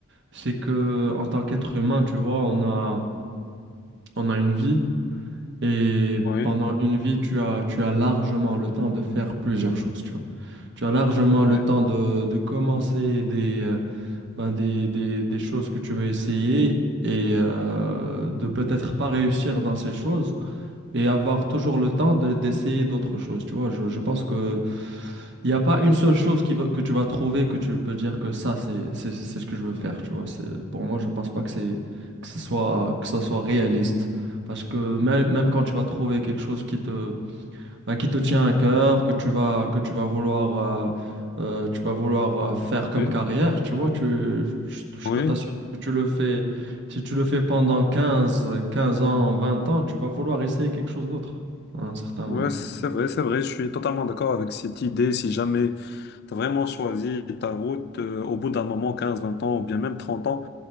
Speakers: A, on the right; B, on the left.
A: c'est que en tant qu'être humain, tu vois, on a, on a une vie et
B: Oui,
A: pendant une vie, tu as, tu as largement le temps de faire plusieurs choses, tu vois. Tu as largement
B: oui,
A: le temps de, de commencer des, euh, ben, des, des, des choses que tu veux essayer et euh, de peut-être pas réussir dans ces choses et avoir toujours le temps de- d'essayer d'autres choses. Tu vois, je, je pense que il n'y a pas une seule chose qui va- que tu vas trouver que tu peux dire que ça, c'est, c'est, c'est ce que je veux faire. Tu vois, c'est, pour moi, je pense pas que c'est, que ce soit, que ça soit réaliste. Parce que même, même quand tu vas trouver quelque chose qui te, ben, qui te tient à cœur, que tu vas, que tu vas vouloir, euh, euh, tu vas vouloir euh, faire comme
B: oui,
A: carrière, tu vois, tu, je, je
B: oui,
A: peux t'assurer que tu le fais, si tu le fais pendant 15 15 ans, 20 ans, tu vas vouloir essayer quelque chose d'autre à un certain
B: ouais,
A: moment.
B: c'est vrai, c'est vrai, je suis totalement d'accord avec cette idée. Si jamais tu as vraiment choisi ta route, euh, au bout d'un moment, 15, 20 ans ou bien même 30 ans,